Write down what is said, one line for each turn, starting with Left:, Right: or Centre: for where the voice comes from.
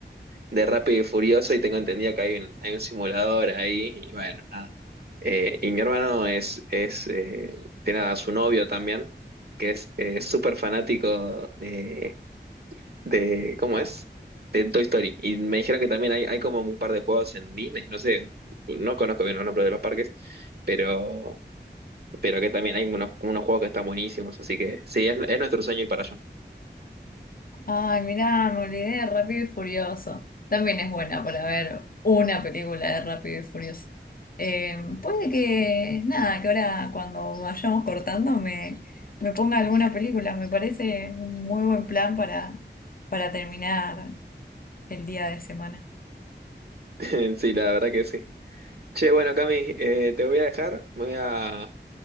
Right: de Rápido y Furioso y tengo entendido que hay un, hay un simulador ahí y bueno, nada. Eh, y mi hermano es, es eh, tiene a su novio también, que es eh, súper fanático de de, ¿cómo es? De Toy Story. Y me dijeron que también hay, hay como un par de juegos en Disney, no sé, no conozco bien los nombres de los parques, pero, pero que también hay unos, unos juegos que están buenísimos, así que sí, es, es nuestro sueño ir para allá.
Left: Ay, mirá, me olvidé de Rápido y Furioso. También es buena para ver una película de Rápido y Furioso. Eh, puede que, nada, que ahora cuando vayamos cortando me, me ponga alguna película. Me parece un muy buen plan para, para terminar el día de semana.
Right: <laughs> Sí, la verdad que sí. Che, bueno, Cami, eh, te voy a dejar, me voy a,